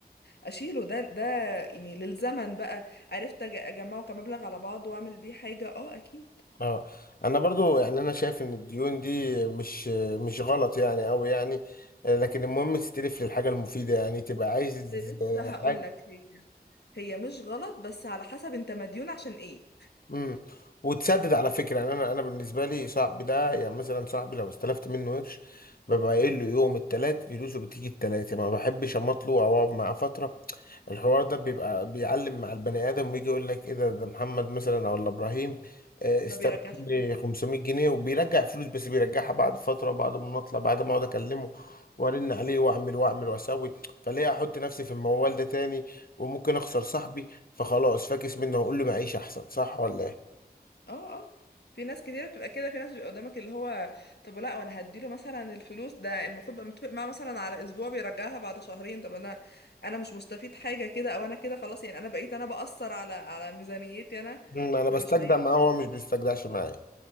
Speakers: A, on the left (about 80°); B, on the left (about 60°).
A: اشيله ده ده يعني للزمن بقى عرفت أج- اجمعه كمبلغ على بعضه واعمل بيه حاجة اه اكيد
B: اه انا برضو يعني انا شايف ان الديون دي مش مش غلط يعني قوي يعني آه، لكن المهم تستلف للحاجه المفيده يعني تبقى عايز
A: كنت لسه
B: حاجه
A: هقول لك هي هي مش غلط بس على حسب انت مديون عشان ايه
B: امم وتسدد على فكره يعني انا انا بالنسبه لي صاحبي ده يعني مثلا صاحبي لو استلفت منه قرش ببقى قايل له يوم التلات فلوسه بتيجي التلات يعني ما بحبش اماطله او اقعد معاه فتره الحوار ده بيبقى بيعلم مع البني ادم ويجي يقول لك ايه ده ده محمد مثلا او ولا ابراهيم آه، استلف
A: ما بيرجعش
B: مني
A: فلوس
B: 500 جنيه وبيرجع فلوس بس بيرجعها بعد فتره بعد ما نطلع بعد ما اقعد اكلمه وارن عليه واعمل واعمل واسوي فليه احط نفسي في الموال ده تاني وممكن اخسر صاحبي فخلاص فاكس منه هقول له معيش احسن صح ولا ايه
A: اه اه في ناس كتير بتبقى كده في ناس بيبقى قدامك اللي هو طب لا وانا هديله مثلا الفلوس ده المفروض بقى متفق معاه مثلا على اسبوع بيرجعها بعد شهرين طب انا انا مش مستفيد حاجة كده او انا كده خلاص يعني انا بقيت انا بأثر على على ميزانيتي انا
B: مم. انا
A: فمش
B: بستجدع
A: هينفع.
B: معاه هو مش بيستجدعش معايا